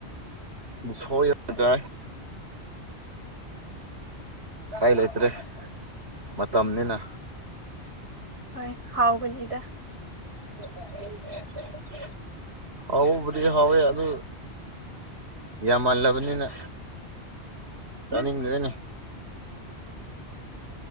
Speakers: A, on the right (about 70°); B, on the right (about 90°).
A: ꯁꯣꯏ ꯌꯥ ꯆꯥꯏ ꯀꯔꯤ ꯂꯩꯇ꯭ꯔꯦ ꯃꯇꯝꯅꯤꯅ
B: ꯍꯣꯏ ꯍꯥꯎ ꯅꯤꯗ
A: <inaudible> ꯍꯥꯎꯕꯨꯗꯤ ꯍꯥꯎꯋꯦ ꯑꯗꯨ ꯌꯥꯝꯃꯜꯂꯕꯅꯤꯅ ꯆꯅꯤꯅꯤꯔꯦꯅꯦ
B: ꯎꯝ